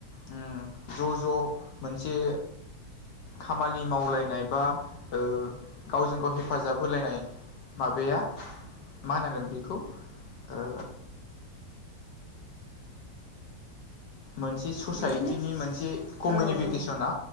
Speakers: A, on the left (about 70°); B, on the left (about 40°).
A: उम ज' ज' मोनसे खामानि मावलायनाय बा ओ गावजों गाव हेफाजाब होलायनाय माबाया मा होनांगोन बेखौ ओ मोनसे ससाइटिनि
B: बिदिनो
A: मोनसे कमिउनिफिकेसना
B: औ औ